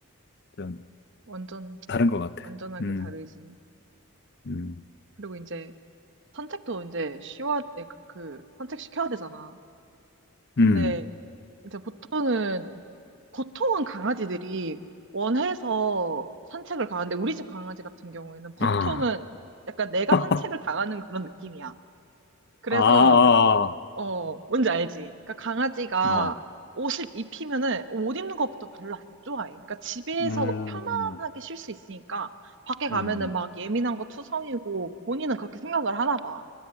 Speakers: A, on the left (about 50°); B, on the right (about 55°).
A: 좀
B: 완전,
A: 다른 것 같아.
B: 완전하게
A: 음,
B: 다르지.
A: 음,
B: 그리고 이제 산책도 이제 쉬워, 그, 산책시켜야 되잖아. 근데
A: 음.
B: 이제 보통은 보통은 강아지들이 원해서 산책을 가는데 우리 집 강아지 같은 경우에는 보통은
A: 아,
B: 약간 내가
A: <laughs> 아,
B: 산책을 당하는 그런 느낌이야. 그래서
A: 아,
B: 어 뭔지 알지? 그러니까 강아지가
A: 아. 어,
B: 옷을 입히면은 옷 입는 것부터 별로 안 좋아해. 그러니까 집에서
A: 음,
B: 편안하게 쉴 수 있으니까 밖에 가면은
A: 음,
B: 막 예민한 거 투성이고 본인은 그렇게 생각을 하나 봐.